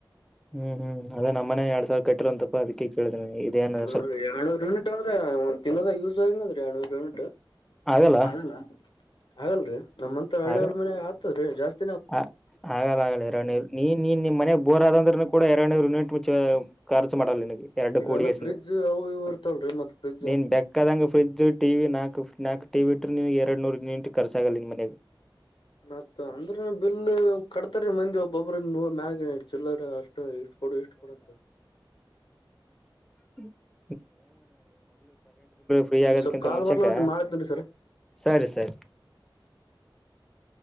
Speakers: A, in the centre; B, on the left (about 70°).
A: ಹ್ಮ್ ಹ್ಮ್ದೇ ನಮ್ಮನೇ ಎರಡ್ ಸಾವಿರ ಕಟ್ಟಿರ ಅಂತ ಅದಕ್ಕೆ ಕೇಳಿದ್ರಿ ಇದೇಏನ
B: ಹ್ಮ ಎರ್ಡ್ನೂರ್ ಯುನಿಟ್ ಅ್ರೆ ಒಂದ ತಿನ್ಲದ ಯೂಸ್ ಆಗನ್ರೆ ಎಏಡ್ನೂರ್ ಯೂನಿಟ್
A: ಆಗಲ್ಲ
B: ಅಲ್ಲ ಹಾಗಲ್ರಿ ನಮ್ಮಂತ ಹಳ್ಳಿಯವ್ರ
A: ಆಗಲ್ಲ
B: ಮನ್ಗ ಆಗ್ತದ್ರೀ ಜಾಸ್ತಿ
A: ಆ ಆಗಲ್ಲ ಆಗಲ್ಲ ಎರಡುರು ನೀ ನೀನ್ ನಿಮ್ಮ ಮನೆಯಗ್ ಬೋರ್ ಆದಂದ್ರನುೂ ಕೂಡ ಮು ಖರ್ಚ ಮಾಡಗೆ ಎರಡು
B: ಇವೆಲ್ಲಾ
A: ಕೂಡಿ ಕೆಸ
B: ಫ್ರಿಜ್ ಅವು ಇವು ಇರ್ತವಲ್ರಿ ಮತ್ ಫ್ರಿಜ್
A: ನೀನ್ ಬೆಕ್ಕದಂಗ ಫ್ರಿಜ್ ಟಿ ನಾಲ್ಕು ನಾಲ್ಕು ಟಿ ಇಟ್ಟುವು ಎರಡು ನೂರು ಯೂನಿಟ್ ಖರ್ಚಾಗಗಲ್ಲ ನಿಮ್ಮ ಮನೆಗೆ
B: ಮತ್ತ ಅಂದ್ರೆ ಬಿಲ್ ಕಟ್ತರಿ ಮಂದಿ ಒಬ್ಬೊಬ್ಮ್ಯಾಗ ಆಕ್ಚುಲರ್ ಅಷ್ಟು ಇಷ್ಟ ಕೊಡು ಇಷ್ಟ ಕೊಡಂತ
A: ಹ್ಮ ಫ್ರೀ ಆಗೋದಕ್ಕಿಂತ
B: ಸ್ವಲ್ಪ್ ಕಾಲ್
A: ಮುಂಚೆಕ
B: ಬರ್ಲಂತ ಮಾಡತ್ನ್ರಿ ಸರ್ ಸರಿ
A: ಸರಿ ಸರಿ
B: ಸ <unintelligible>